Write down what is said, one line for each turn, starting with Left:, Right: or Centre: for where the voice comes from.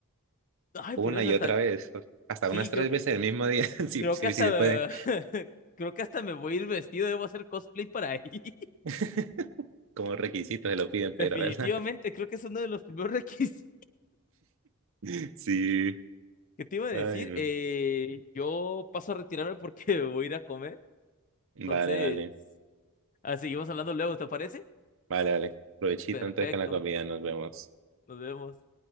Left: Ay,
Right: Una
Left: por Dios,
Right: y
Left: hasta.
Right: otra vez, hasta
Left: Sí,
Right: unas tres
Left: creo que,
Right: veces el mismo día, <laughs> si,
Left: creo
Right: si,
Left: que hasta.
Right: si se puede.
Left: <laughs> Creo que hasta me voy a ir vestido, debo hacer cosplay para ahí.
Right: <laughs> Como requisito se lo
Left: <laughs>
Right: piden para
Left: Definitivamente,
Right: ir a verla.
Left: creo que es uno de los primeros <laughs> requisitos.
Right: <laughs> Sí.
Left: ¿Qué te iba a
Right: Ay,
Left: decir?
Right: no.
Left: Eh, yo paso a retirarme porque <laughs> voy a ir a comer. Entonces,
Right: Vale, vale.
Left: ah, seguimos hablando luego, ¿te parece?
Right: Vale, vale. Provechito
Left: Perfecto.
Right: entonces con la comida, nos vemos.
Left: Nos vemos.